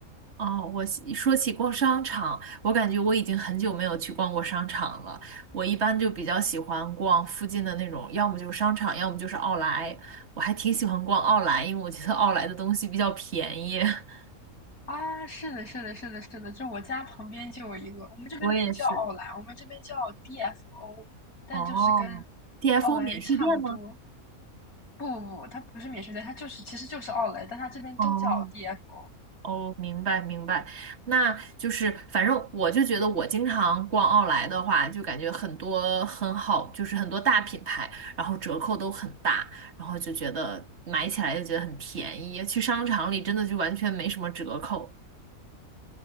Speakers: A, on the right; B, on the left.
A: 哦，我喜说起逛商场，我感觉我已经很久没有去逛过商场了。我一般就比较喜欢逛附近的那种，要么就是商场，要么就是奥莱。我还挺喜欢逛奥莱，因为我觉得奥莱的东西比较便宜。<laughs>
B: 啊，是的，是的，是的，是的，就我家旁边就有一个，我们这边不叫奥莱，
A: 我也是。
B: 我们这边叫 DFO，但就是跟
A: 哦，TFO
B: 奥莱差不多。
A: 免税店吗？
B: 不不不，它不是免税店，它就是其实就是奥莱，但它这边都叫
A: 哦，
B: DFO。
A: 哦，明白明白，那就是反正我就觉得，我经常逛奥莱的话，就感觉很多很好，就是很多大品牌，然后折扣都很大，然后就觉得买起来就觉得很便宜。去商场里真的就完全没什么折扣，